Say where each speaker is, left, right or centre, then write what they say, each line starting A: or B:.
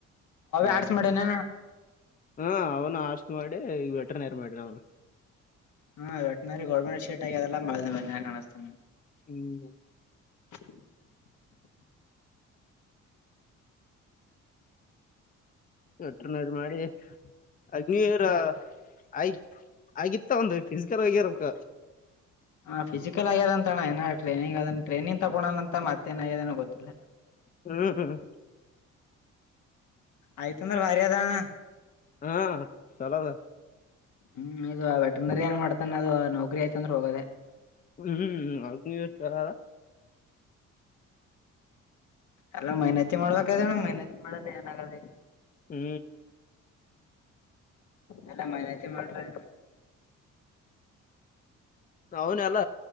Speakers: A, on the left; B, on the left.
A: ಹ್ಮ್
B: ಆರ್ಸ್ ಮಾಡೆ ನ
A: ಹಾ ಅವನು ಆಸ್ ಮಾಡಿ ವಟ್ರನರ್ ಮಾಡ ಅವನು
B: ಹಾ ವೆಟನರಿ ಗೋಲ್ಮೆಟ್ ಶೀಟ್ ಆಗಿ ಅದೆಲ್ಲಾ ಬಳ ಬ್ ಕಾಣಿಸಸ್ತಾನೆ
A: ಹ್ಮ್
B: <unintelligible>
A: ಒಟ್ರನದ ಮಾಡಿ ಅಗ್ನಿರ ಆಯ್ತ್ ಆಗಿತ್ತ ಒಂದು ಫಿಸಿಕಲ್ ಆಗಿರಕ್ಕ
B: ಹಾಂಫಿಸಿಕಲ್ ಆಗ್ಯದ ಅಣ ಏ ಟ್ರನಂಗ್ ಅದ ಟ್ರೈನಿಂಗ್ ತಗೋಣ ಅಂತ ಮತ್ತೇನ ಆಗ್ಯದನೋ ಗೊತ್ತಿಲ್ಲ
A: ಹ್ಮ್ ಹ್ಮ್
B: ಆಯ್ತಂದರೆ ಭಾರಿ ಅದಣ
A: ಹಾ ಚಲದ
B: ಹ್ಮ್ ಇದು ವೆಟನರಿ ಏನ್ ಮಾಡ್ತಾನ ಅದು ನೌಕರಿ ಆಯ್ತಂದ್ರೆ ಹೋಗೋದೆ
A: ಹ್ಮ್ ಅವ ನೀಚರ
B: ಅಲ್ಲ ಮೆನತಿ ಮಾಡ್ಬೇಕಣ ಮೆನತಿ ಮಾಡೋದ ಏನಾಗಾದ
A: ಹ್ಮ್
B: ಎಲ್ಲಾ ಮನತಿ ಮಾಡ್ರಿ
A: ಅವನ ಅಲ್ಲ